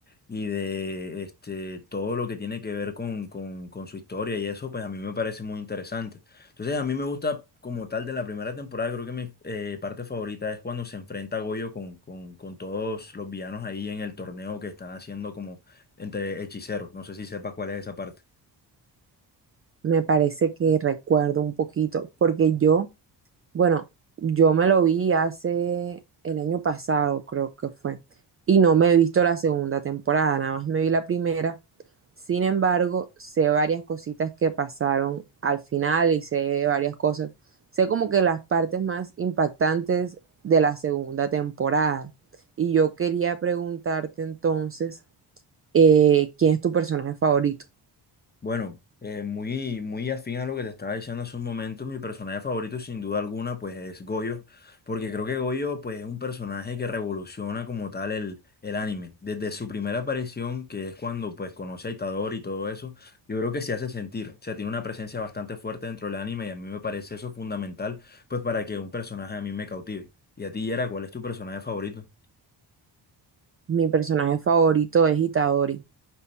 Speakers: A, on the left (about 25°); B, on the right (about 30°).
A: y de este, todo lo que tiene que ver con, con, con su historia y eso, pues a mí me parece muy interesante. Entonces, a mí me gusta como tal de la primera temporada, creo que mi eh, parte favorita es cuando se enfrenta a Goyo con, con, con todos los villanos ahí en el torneo que están haciendo como entre hechiceros. No sé si sepas cuál es esa parte.
B: Me parece que recuerdo un poquito, porque yo, bueno, yo me lo vi hace el año pasado, creo que fue, y no me he visto la segunda temporada, nada más me vi la primera. Sin embargo, sé varias cositas que pasaron al final y sé varias cosas. Sé como que las partes más impactantes de la segunda temporada. Y yo quería preguntarte entonces eh, ¿quién es tu personaje favorito?
A: Bueno, eh, muy, muy afín a lo que te estaba diciendo hace un momento, mi personaje favorito sin duda alguna pues es Goyo, porque creo que Goyo pues es un personaje que revoluciona como tal el, el anime. Desde su primera aparición, que es cuando pues conoce a Itadori y todo eso, yo creo que se hace sentir, o sea, tiene una presencia bastante fuerte dentro del anime y a mí me parece eso fundamental pues para que un personaje a mí me cautive. Y a ti, Yera, ¿cuál es tu personaje favorito?
B: Mi personaje favorito es Itadori.